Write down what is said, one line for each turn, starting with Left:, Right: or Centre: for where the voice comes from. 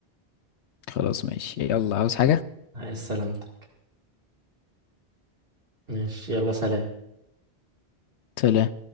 Left: خلاص ماشي يلا عاوز حاجه
Right: عايز سلامتك ماشي يلا سلام
Left: سلام